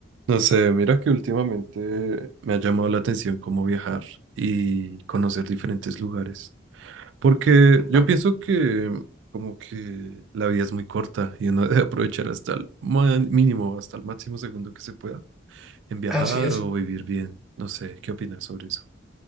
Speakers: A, on the right; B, in the centre.
A: No sé, mira que últimamente me ha llamado la atención cómo viajar y conocer diferentes lugares. Porque yo
B: Ah,
A: pienso que como que la vida es muy corta y uno <laughs> debe aprovechar hasta el ma- mínimo, hasta el máximo segundo que se pueda en viajar
B: así es.
A: o vivir bien. No sé, ¿qué opinas sobre eso?